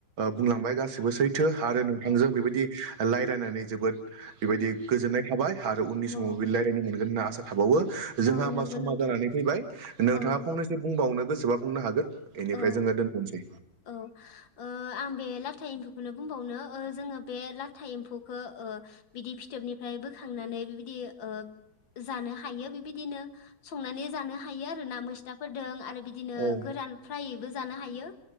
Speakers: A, on the right; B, on the left.
A: बुंलांबाय गासिबो सैथो आरो नोंथांजों
B: औ
A: बेबायदि रायजलायनानै जोबोद बेबायदि गोजोननाय थाबाय आरो उननि
B: औ
A: समाव बेदि रायज्लायनो मोनगोन होनना आसा थाबावो जोंहा
B: औ
A: होमबा
B: नंगौ
A: समा
B: नोंथां
A: जानानै फैबाय नोंथाङा
B: औ
A: फंनैसो बुंबावनो गोसोबा बुंनो हागोन बेनिफ्राय
B: औ
A: जोङो दोनथ'नोसै
B: औ ओ आं बे लाथा एम्फौखौ बेखौनो बुंबावनो जोङो बे लाथा एम्फौखौ बिदि फिथोबनिफ्राय बोखांनानै बिबायदि बे ओ जानो हायो बेबायदिनो संनानै जानो हायो आरो ना मैस्थाफोरदों आरो बिदिनो
A: औ
B: गोरान फ्रायैबो जानो हायो